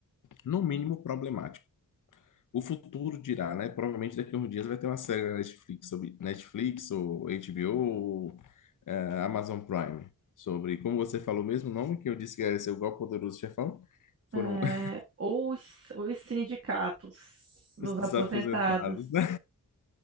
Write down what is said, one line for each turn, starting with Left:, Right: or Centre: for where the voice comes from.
Left: no mínimo, problemático. O futuro dirá, né? Provavelmente daqui a uns dias vai ter uma série na Netflix sobre Netflix ou HBO ou eh, Amazon Prime sobre, como você falou o mesmo nome que eu disse que era seu igual poderoso chefão, foram
Right: é,
Left: <laughs>
Right: ou os, os sindicatos dos
Left: os desaposentados,
Right: aposentados,
Left: né?